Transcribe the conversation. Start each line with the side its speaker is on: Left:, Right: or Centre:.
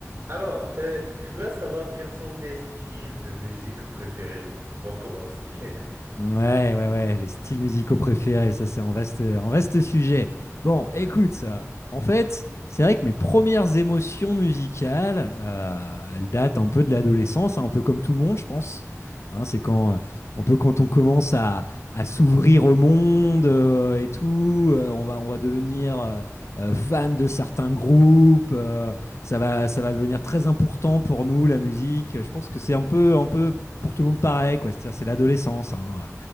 Right: Alors, euh, je voudrais savoir quels sont tes styles de musique préférés pour commencer. <laughs>
Left: Ouais, ouais, ouais, les styles musicaux préférés, ça c'est un vaste, un vaste sujet. Bon,
Right: Ouais.
Left: écoute, euh, en fait, c'est vrai que mes premières émotions musicales, euh, elles datent un peu de l'adolescence, hein, un peu comme tout le monde, je pense. Hein, c'est quand,
Right: Ouais.
Left: euh, un peu quand on commence à, à s'ouvrir au monde euh, et tout, euh, on va, on va devenir euh, euh, fan de certains groupes, euh, ça va, ça va devenir très important pour nous, la musique. Je pense que c'est un peu, un peu pour tout le monde pareil, quoi. C'est-à-dire, c'est l'adolescence. hein.